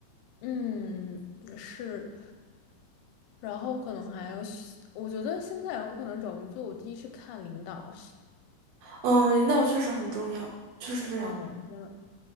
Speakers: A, on the left; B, on the right.
A: 嗯，是。然后可能还有，我觉得现在我可能找工作，我第一是看领导。
B: 嗯，领导确实很重要，确实非常，
A: <laughs> 嗯，真的。